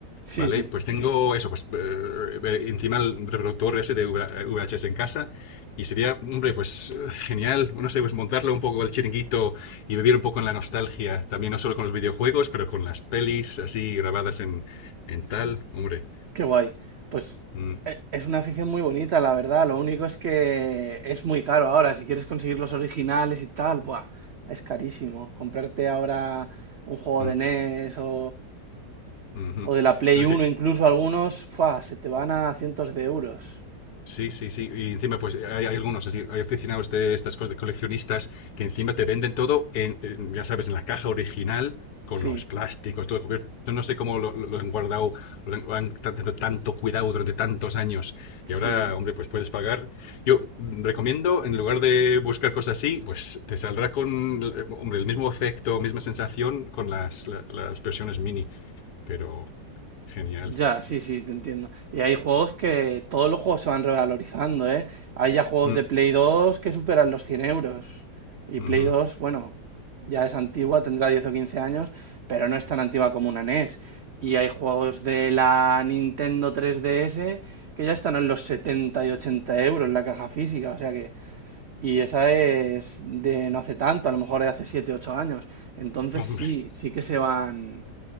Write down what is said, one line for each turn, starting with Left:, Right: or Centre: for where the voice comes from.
Right: sí,
Left: ¿Vale?
Right: sí.
Left: Pues tengo eso, pues eh, eh, encima el reproductor ese de V- VHS en casa y sería, hombre, pues eh, genial, no sé, pues montarle un poco el chiringuito y vivir un poco en la nostalgia, también no solo con los videojuegos, pero con las pelis así grabadas en, en tal, hombre.
Right: Qué guay. Pues
Left: Mm,
Right: e- es una afición muy bonita, la verdad. Lo único es que es muy caro ahora. Si quieres conseguir los originales y tal, buah, es carísimo. Comprarte ahora un juego
Left: mm,
Right: de NES o,
Left: ujú.
Right: o de la Play
Left: No
Right: Uno,
Left: sé,
Right: incluso algunos, ¡fua! se te van a cientos de euros.
Left: Sí, sí, sí. Y encima, pues hay, hay algunos, así, hay aficionados de estas cosas de coleccionistas que encima te venden todo en, en, ya sabes, en la caja original, con
Right: Sí,
Left: los plásticos, todo cubierto. No sé cómo lo, lo- lo han guardado, lo han- lo han tan- tanto, tanto cuidado durante tantos años.
Right: sí.
Left: Y ahora, hombre, pues puedes pagar. Yo mm, recomiendo, en lugar de buscar cosas así, pues te saldrá con, eh, hombre, el mismo efecto, misma sensación con las, la- las versiones mini. Pero genial.
Right: Ya, sí, sí, te entiendo. Y hay juegos que todos los juegos se van revalorizando, ¿eh? Hay ya juegos
Left: Mm,
Right: de Play 2 que superan los 100 euros. Y
Left: ujú.
Right: Play 2 bueno, ya es antigua, tendrá 10 o 15 años, pero no es tan antigua como una NES. Y hay juegos de la Nintendo 3DS que ya están en los 70 y 80 euros en la caja física, o sea que... Y esa es de no hace tanto, a lo mejor de hace 7 8 años. Entonces
Left: Hombre,
Right: sí, sí que se van...